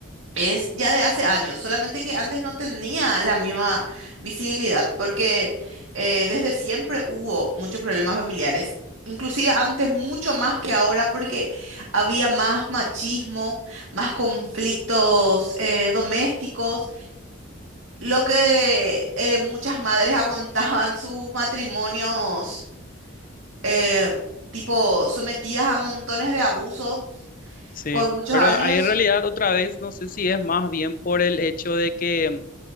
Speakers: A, on the right; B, on the left.
A: Es ya de hace años, solamente que antes no tenía la misma visibilidad, porque eh, desde siempre hubo muchos problemas familiares, inclusive antes mucho más que ahora, porque había más machismo, más conflictos eh, domésticos, lo que eh, muchas madres <laughs> aguantaban sus matrimonios, eh, tipo sometidas a montones de abusos
B: Sí,
A: por muchos
B: pero
A: años,
B: ahí en realidad otra vez no sé si es más bien por el hecho de que